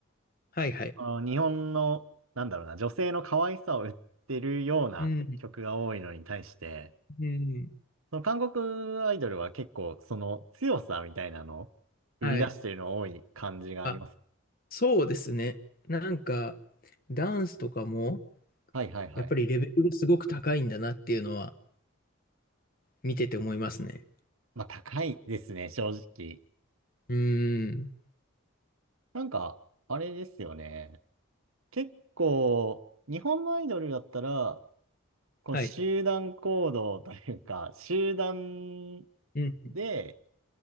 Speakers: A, on the left (about 40°); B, on the right (about 80°).
A: はいはい。
B: あの日本の、なんだろうな、女性の可愛さを売ってるような曲が多いのに対して、
A: うん。うん。
B: その韓国アイドルは結構その強さみたいなのを売り出してるの多い感じがあります。
A: はい。あ、そうですね。なんか、ダンスとかも、
B: はいはいはい。
A: やっぱりレベルがすごく高いんだなっていうのは見てて思いますね。
B: まあ高いですね、正直。
A: うーん。
B: なんか、あれですよね。結構、日本のアイドルだったら、この集団行動というか、
A: はい。
B: <laughs> 集団
A: うん。
B: で、